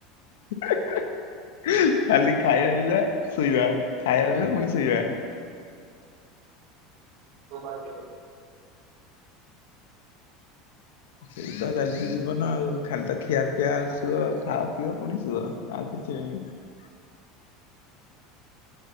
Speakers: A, on the left; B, on the right.
A: <inaudible> ଖାଲି ଖାଇବା ପିିଇବା ସୁଇବା ଖାଇବା ପିଇବା ପୁଣି ସୁଇବା।
B: ହଁ ବାର୍ ଏତେ
A: ସେଇ ତ ଚାଲିଛି ଜୀବନ ଆଉ ଖାଲି ତ ଖିଆ ପିଆ ଆଉ ଶୁଅ ଖାଅ ପିଅ ପୁଣି ଶୁଅ ଆଉ କିଛି ନାହିଁ।